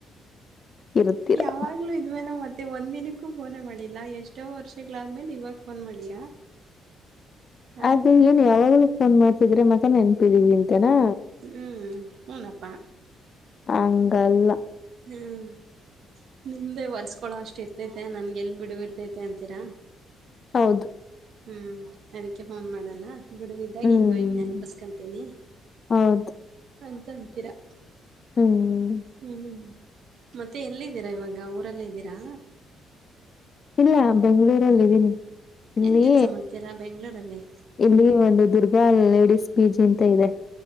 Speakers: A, on the left (about 45°); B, on the right (about 70°).
A: ಇರುತ್ತೀರಾ
B: ಯಾವಾಗ್ಲು ಇದ್ಮೇಲೆ ಮತ್ತೆ ಒಂದ ಒಂದಿನಕ್ಕೂ ಫೋನ ಮಾಡಿಲ್ಲಾ ಎಷ್ಟೋ ವರ್ಷಗಳಾದ್ಮೇಲೆ ಇವಾಗ ಫೋನ್ ಮಾಡಿಯಾ ಹಾ
A: ಅದು ಏನ್ ಯಾವಾಗ್ಲೂ ಫೋನ್ ಮಾಡಿದ್ರೆನೇ ನೆನಪಿದಿವಿ ಅಂತನಾ
B: ಹ್ಮ್ ಹಊನಪ್ಪಾ
A: ಹಂಗಲ್ಲ
B: ಹ್ಮ್ ನಿಮ್ದೆ ವರ್ಸ್ಕೊಳ ಅಷ್ಟ ಇತ್ತೈತೆ ನನ್ಗೆಲ್ ಬಿಡು ಬಿಡ್ತೈತೆ ಅಂತೀರಾ
A: ಹೌದು
B: ಹ್ಮ್ ಅದಕ್ಕೆ ಫೋನ್ ಮಾಡಲ್ಲ ಬಿಡಗಿದ್ದಾಗ
A: ಹ್ಮ್
B: ಹಿಂಗ ಹಿಂಗ್ ನೆನಪಸ್ಕೊಂತೀನಿ
A: ಹೌದು
B: ಅಂತ ಅಂತೀರಾ
A: ಹ್ಮ್
B: ಹ್ಮ್ ಮತ್ತೆ ಎಲ್ಲಿದ್ದೀರಾ ಇವಾಗ ಊರೆಲ್ಲ ಇದ್ದೀರಾ
A: ಇಲ್ಲ ಬೆಂಗಳೂರಲ್ಲಿ ಇದ್ದೀನಿ ಇಲ್ಲಿ
B: ಏನ್ ಕೆಲ್ಸ ಮಾಡ್ತೀರಾ ಬೆಂಗ್ಳೂರಲ್ಲಿ
A: ಇಲ್ಲಿ ಒಂದು ದುರ್ಗಾ ಲೇಡಿಸ್ ಪೀಜಿ ಅಂತ ಇದೆ